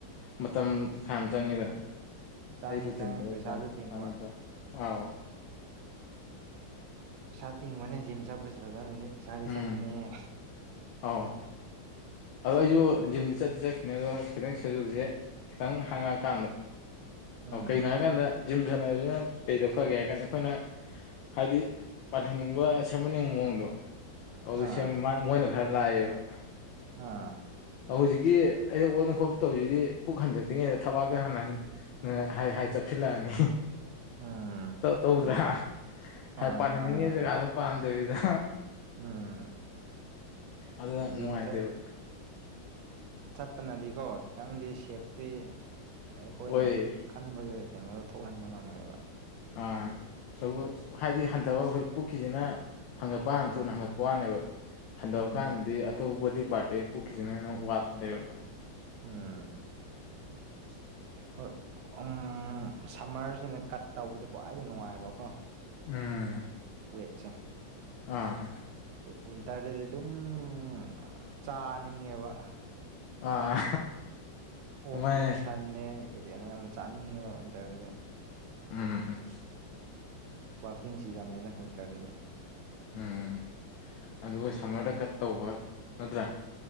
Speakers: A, on the left (about 75°); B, on the right (about 80°).
A: ꯃꯇꯝ ꯐꯅꯌꯥꯝ ꯆꯪꯉꯤꯗꯅ
B: ꯆꯪꯉꯦ
A: ꯑꯩ ꯔꯨꯇꯤꯟꯗꯣ
B: ꯆꯪꯉꯦ ꯄꯩꯁꯥꯁꯨ ꯇꯤꯡꯕ
A: ꯆꯥꯟꯅꯗ꯭ꯔꯣ ꯑꯥꯎ
B: ꯄꯩꯁꯥ ꯇꯤꯡꯕꯅꯦ ꯖꯤꯝ ꯆꯠꯄꯁꯦ ꯐꯖꯅꯅꯦ ꯄꯩꯁꯥꯗꯤ
A: ꯎꯝ
B: ꯆꯠꯄꯅꯦꯍꯦ
A: ꯑꯥꯎ ꯑꯗꯣ ꯑꯩꯁꯨ ꯖꯤꯝꯗꯤ ꯆꯠꯇꯤ ꯆꯠꯈꯤꯅꯦ ꯑꯗꯣ ꯈꯤꯇꯪ ꯁꯦꯗꯨꯜꯁꯦ ꯈꯤꯇꯪ ꯍꯥꯡꯉꯛꯑꯀꯥꯟꯗꯣ
B: ꯎꯝ
A: ꯑꯧ ꯀꯩꯅꯣ ꯍꯥꯏꯀꯥꯟꯗ ꯖꯤꯝ ꯁꯥꯟꯅꯕꯁꯤꯅ ꯀꯩꯗ ꯐꯒꯦ ꯍꯥꯏꯀꯥꯟꯗ ꯑꯩꯈꯣꯏꯅ ꯍꯥꯏꯗꯤ ꯄꯥꯟꯍꯟꯅꯤꯡꯕ ꯁꯦꯝꯍꯟꯅꯤꯡꯕ ꯃꯑꯣꯡꯗꯣ ꯑꯗꯨꯗꯥ
B: ꯑꯥ
A: ꯁꯦꯝꯃꯤ ꯃꯥ ꯃꯣꯏꯅ ꯈꯔ ꯂꯥꯏꯑꯦꯕ
B: ꯑꯥ
A: ꯍꯧꯖꯤꯛꯀꯤ ꯑꯩꯅ ꯑꯣꯟꯕ ꯈꯣꯠꯄ ꯇꯧꯔꯤꯁꯤꯗꯤ ꯄꯨꯛ ꯍꯟꯊꯔꯛꯇ꯭ꯔꯤꯉꯩꯗ ꯊꯕꯥꯛꯇ ꯍꯥꯟꯅ ꯍꯟ ꯍꯥꯏ ꯍꯥꯏ ꯆꯞꯁꯤꯜꯂꯛꯑꯅꯤ
B: ꯎꯝ
A: ꯇꯧꯗ꯭ꯔꯥ
B: ꯎꯝ
A: ꯍꯥ
B: ꯑꯥ
A: ꯄꯥꯍꯟꯅꯤꯡꯉꯤ
B: ꯃꯥꯅꯦ ꯃꯥꯅꯦ
A: ꯖꯒꯥꯗꯣ ꯄꯥꯟꯗꯕꯤꯗ
B: ꯎꯝ
A: ꯑꯗꯨꯅ ꯅꯨꯡꯉꯥꯏꯇꯦꯕ
B: ꯖꯤꯝ ꯆꯠ ꯆꯠꯄꯅꯗꯤꯀꯣ ꯈꯤꯇꯪꯗꯤ ꯁꯦꯞꯇꯤ ꯑꯩꯈꯣꯏꯅ
A: ꯑꯣꯏ
B: ꯈꯟꯕꯒꯥ ꯀꯩꯅꯣꯗ ꯊꯣꯛꯍꯟꯕ ꯉꯝꯃꯦꯕ
A: ꯑꯥ ꯑꯗꯨ ꯍꯥꯏꯗꯤ ꯍꯟꯊꯕ ꯍꯧꯖꯤꯛ ꯄꯨꯛꯀꯤꯁꯤꯅ ꯍꯪꯒꯠꯄ
B: ꯎꯝ
A: ꯊꯨꯅ ꯍꯪꯒꯠ ꯋꯥꯅꯦꯕ ꯍꯟꯊꯕ
B: ꯎꯝ
A: ꯀꯥꯟꯗꯗꯤ ꯑꯇꯣꯞꯄ ꯕꯣꯗꯤ ꯄꯥꯔꯠꯇꯒꯤ ꯄꯨꯛꯈꯤꯁꯤꯅ ꯍꯦꯅ ꯋꯥꯠꯄꯅꯦꯕ
B: ꯎꯝ
A: <inaudible>
B: ꯍꯣꯏ ꯎꯝ ꯁꯝꯃꯔꯁꯤꯅ ꯀꯠ ꯇꯧꯕꯗꯤ ꯈ꯭ꯋꯥꯏꯗꯩ ꯅꯨꯡꯉꯥꯏꯕꯀꯣ
A: ꯎꯝ
B: ꯋꯦꯠꯆꯦ
A: ꯑꯥ ꯑꯥ
B: ꯋꯤ ꯋꯤꯟꯇꯔꯗꯗꯤ ꯑꯗꯨꯝ ꯑꯥ ꯆꯥꯅꯤꯡꯉꯦꯕ
A: ꯑꯥ
B: ꯑꯣꯛꯅꯦ
A: ꯃꯥꯅꯦ
B: ꯁꯟꯅꯦ ꯀꯩꯀꯩꯅꯦ ꯌꯥꯝ ꯆꯥꯅꯤꯡꯉꯦꯕ ꯋꯤꯟꯇꯔꯖꯤꯗ
A: ꯎꯝ ꯎꯝ ꯎꯝ
B: ꯕꯀꯤꯡ ꯁꯤꯖꯟꯅꯦꯗ ꯋꯤꯟꯇꯔꯗꯖꯣ
A: ꯎꯝ ꯑꯗꯨꯒ ꯁꯝꯃꯔꯗ ꯀꯠ ꯇꯧꯕ ꯅꯠꯇ꯭ꯔꯥ